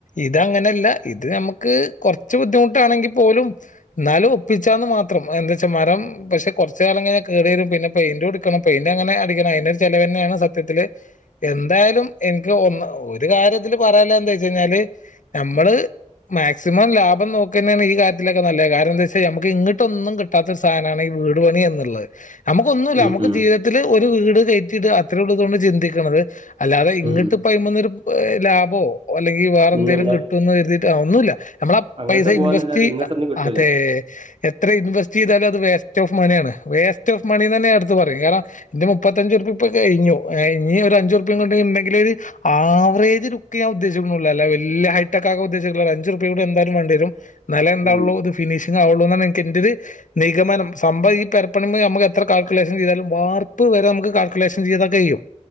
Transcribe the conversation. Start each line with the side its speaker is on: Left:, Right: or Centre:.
Left: ഇത് അങ്ങനെല്ല ഇത് നമുക്ക് കുറച്ച് ബുദ്ധിമുട്ടാണെങ്കിൽ പോലും എന്നാലും ഒപ്പിച്ചാന്ന് മാത്രം എന്താച്ചാ മരം പക്ഷെ കുറച്ച കാലംങ്ങെ കേട് വരും പിന്നെ പെയിന്റ് കൊട്ക്കണം പെയിന്റ് അങ്ങനെ അടിക്കണം അയിനൊരു ചെലവന്നെണ് സത്യത്തില് എന്തായാലും എനിക്ക് ഒന്ന് ഒരു കാര്യതില് പറയാല്ലെ എന്താ വെച്ചഴിഞ്ഞാല് നമ്മള് മേക് സിമം ലാഭം നോക്കന്നെണ് ഈ കാര്യത്തിലൊക്കെ നല്ലത് കാരണം എന്താച്ചാൽ നമുക്ക് ഇങ്ങട്ടൊന്നും കിട്ടാത്ത ഒര് സാധനാണ് ഈ വീട് പണി എന്നുള്ളത് നമുക്ക് ഒന്നൂല്ല
Right: ഉം
Left: നമുക്ക്
Right: ഉം
Left: ജീവിതത്തില് ഒരു വീട് കയറ്റിയിട അത്രയ ഉള്ളോ ഇതോണ്ട് ചിന്തിക്കണത് അല്ലാതെ ഇങ്ങട്ട്
Right: ഉം
Left: ഇപ്പയ്മന്നൊരു ലാഭോ അല്ലെങ്കിൽ വേറെന്തേലും
Right: പിന്നെന്താ
Left: കിട്ടുംന്ന് കരുതി ആ ഒന്നൂല്ല നമ്മളാ
Right: അങ്ങട്ട്
Left: പൈസ
Right: പോവാന്നല്ലാതെ
Left: ഇൻവെസ്റ്റ്
Right: ഇങ്ങോട്ടൊന്നും കിട്ടൂല
Left: അതെ എത്ര ഇൻവെസ്റ്റ് ചെയ്താലും അത് വേസ്റ്റ് ഓഫ് മനാണ് വേസ് റ്റോഫ് മണി ന്നെന്നെ ഞാന് ട്ത്തു പ റിം കാരണംന്റെ മുപ്പത്തഞ്ചുറുപ്യ ഇപ്പൊ കഴിഞ്ഞു ഇഞ്ഞി ഒരഞ്ചു ർപ്പിം കൂടെണ്ടെങ്കിൽ ഒരു ആവറേജ് ലുക്കേ ഞാൻ ഉദ്ദേശിക്കുണുള്ളൂ അല്ലാതെ വല്യ ഹൈടെക് ആക്കാ ഉദ്ദേശ <unintelligible> അഞ്ചുർപ് കൂടിയും എന്തായാലും വേണ്ടി വരും എന്നാലെ എന്താവൊള്ളൂ
Right: ഉം
Left: ഇത് ഫിനിഷിംഗ് ആവുള്ളൂ എന്നാണ് ഇൻക്ക് ഇൻ്റൊരു ഇത് നിഗമനം സംഭവം ഈ പെരപ്പണിമ്മെ നമുക്ക് എത്ര കാൽക്കുലേഷൻ ചെയ്താലും വാർപ്പ് വരെ നമുക്ക് കാൽക്കുലേഷൻ ചെയ്തൊക്കെ ചെയ്യും